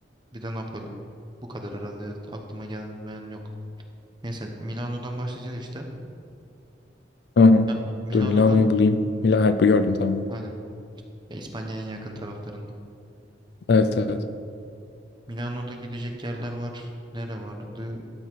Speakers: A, on the right; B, on the left.
A: bir de Napoli. Bu kadar herhalde. ya. Aklıma gelmeyen yok. Neyse Milano'dan başlayacağız işte.
B: Hı hı.
A: Ya, Milano'dan
B: Dur Milano'yu bulayım. Milano, evet, bu gördüm tamam.
A: aynen. Ya, İspanya'ya en yakın taraflarında.
B: Evet evet.
A: Milano'da gidecek yerler var. Nere vardı?